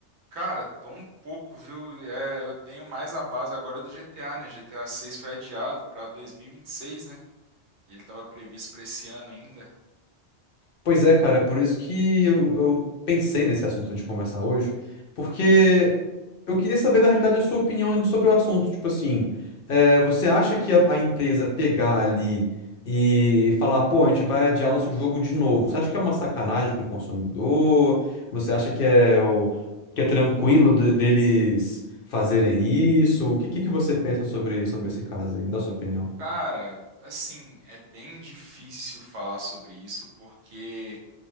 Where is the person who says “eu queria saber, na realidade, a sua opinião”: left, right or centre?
Left